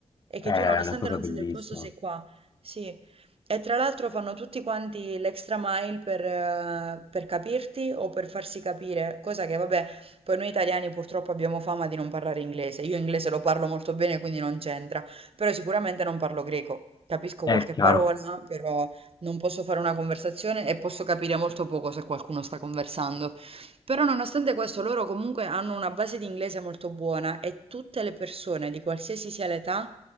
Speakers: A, on the right (about 60°); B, on the left (about 40°).
A: e
B: È
A: che tu nonostante
B: una cosa
A: non
B: bellissima.
A: sia del posto sei qua. Sì. E tra l'altro fanno tutti quanti l'extra mile per, eh, per capirti o per farsi capire, cosa che vabbè, poi noi italiani purtroppo abbiamo fama di non parlare inglese. Io inglese lo parlo molto bene, quindi non c'entra, però sicuramente non parlo greco. Capisco
B: È
A: qualche
B: chiaro.
A: parola, però non posso fare una conversazione e posso capire molto poco se qualcuno sta conversando. Però nonostante questo, loro comunque hanno una base di inglese molto buona e tutte le persone, di qualsiasi sia l'età,